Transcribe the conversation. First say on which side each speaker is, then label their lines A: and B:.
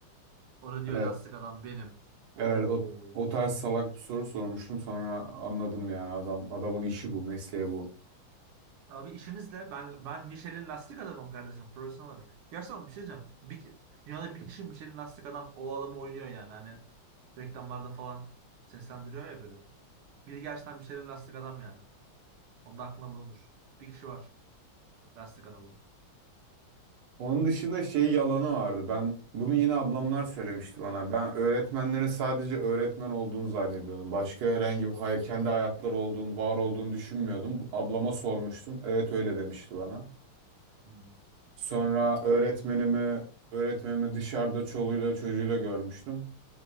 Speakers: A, on the right; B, on the right.
A: Orada diyor
B: Evet,
A: lastik adam benim. Oo.
B: evet o, o tarz salak bir soru sormuştum sonra anladım yani adam adamın işi bu, mesleği bu.
A: Abi işinizle ben ben Michelin lastik adamım kardeşim profesyonel olarak. Gerçekten bir şey diyeceğim. Bir, dünyada bir kişi Michelin lastik adam o adamı oynuyor yani. Hani reklamlarda falan seslendiriyor ya biri. Biri gerçekten Michelin lastik adam yani. Onun da aklında bulunur. Bir kişi var. Lastik adamı.
B: Onun dışında şey yalanı vardı. Ben bunu yine ablamlar söylemişti bana. Ben öğretmenlerin sadece öğretmen olduğunu zannediyordum. Başka herhangi bir hay kendi hayatları olduğunu, var olduğunu düşünmüyordum. Ablama sormuştum. Evet öyle demişti bana.
A: Hmm.
B: Sonra öğretmenimi öğretmenimi dışarıda çoluğuyla çocuğuyla görmüştüm.